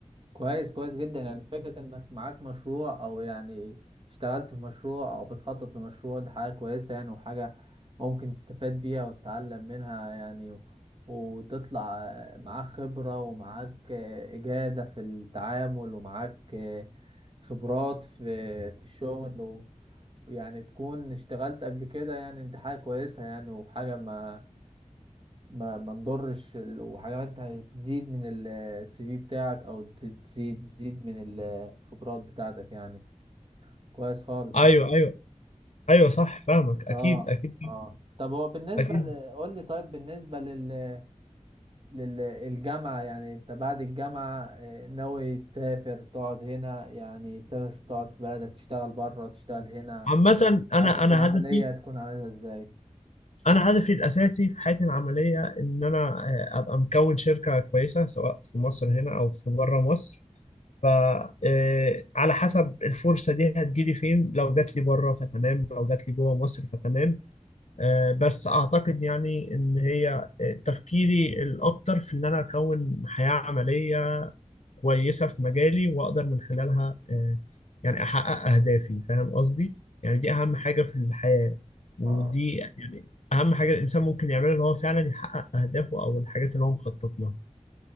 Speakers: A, on the right (about 45°); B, on the left (about 65°).
A: كويس كويس جدا يعني فكرة انك معاك مشروع او يعني اشتغلت في مشروع او بتخطط لمشروع دي حاجة كويسة يعني وحاجة ممكن تستفاد بيها وتتعلم منها يعني وتطلع معاك خبرة ومعاك آه، إجادة في التعامل ومعاك آه، خبرات في في الشغل و- ويعني تكون اشتغلت قبل كده يعني دي حاجة كويسة يعني وحاجة ما ما ما نضرش ال- وحاجات هتزيد من السي في بتاعك او تز- تزيد تزيد من الخبرات بتاعتك يعني كويس خالص
B: ايوه
A: يعني
B: ايوه ايوه صح فاهمك اكيد
A: اه
B: اكيد
A: اه طب هو بالنسبة
B: اكيد
A: ل... قول لي طيب بالنسبة لل... للجامعة يعني انت بعد الجامعة آه، ناوي تسافر تقعد هنا يعني تسافر تقعد في بلدك تشتغل بره تشتغل هنا
B: عامه انا
A: حياتك
B: انا
A: العملية
B: هدفي
A: هتكون عاملها ازاي؟
B: انا هدفي الاساسي في حياتي العمليه ان انا آه، ابقى مكون شركه كويسه سواء في مصر هنا او في بره مصر ف آه، على حسب الفرصه دي هتجيلي فين لو جات لي بره فتمام لو جات لي جوه مصر فتمام آه، بس اعتقد يعني ان هي آه، تفكيري الاكتر في ان انا اكون حياة عملية كويسة في مجالي واقدر من خلالها آه، يعني احقق اهدافي فاهم قصدي يعني دي اهم حاجة في الحياة ودي
A: اه
B: يعني اهم حاجة الانسان ممكن يعملها ان هو فعلا يحقق اهدافه او الحاجات اللي هو مخطط لها